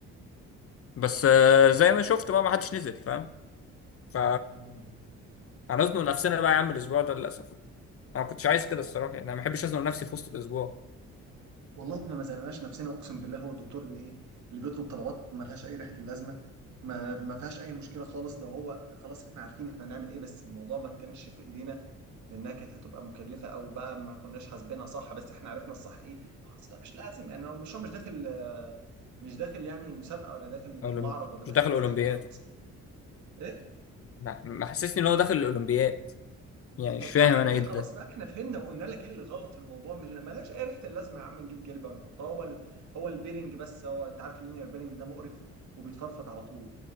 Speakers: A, on the left; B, on the right.
A: بس آه، زي ما شفت بقى ما حدش نزل فاهم ف
B: اه
A: هنزنق نفسنا بقى يا عم الاسبوع ده للاسف انا ما كنتش عايز كده الصراحه يعني انا ما بحبش ازنق نفسي في وسط الاسبوع
B: والله احنا ما زنقناش نفسنا اقسم بالله هو الدكتور اللي ايه اللي بيطلب طلبات ما لهاش اي ريحه اللازمه ما ما فيهاش اي مشكله خالص لو هو خلاص احنا عارفين احنا هنعمل ايه بس الموضوع ما كانش في ايدينا لانها كانت هتبقى مكلفه او بقى ما كناش حاسبينها صح بس احنا عرفنا الصح ايه خلاص بقى مش لازم يعني هو المشروع مش داخل آه، مش داخل يعني مسابقه ولا داخل
A: أو لم-
B: معرض ولا داخل
A: مش داخل
B: اي
A: اولمبياد
B: حاجه فخلاص ايه
A: ما ما حسسني ان هو داخل الاولمبياد يعني مش
B: آه، فعادي
A: فاهم انا ايه ده
B: خلاص بقى احنا فهمنا وقلنا لك ايه اللي غلط في الموضوع مش ملهاش اي ريحه اللازمه يا عم نجيب جلبه ونحطها هو ال... هو البيرنج بس هو انت عارف اللينير بيرنج ده مقرف وبيتفرفط على طول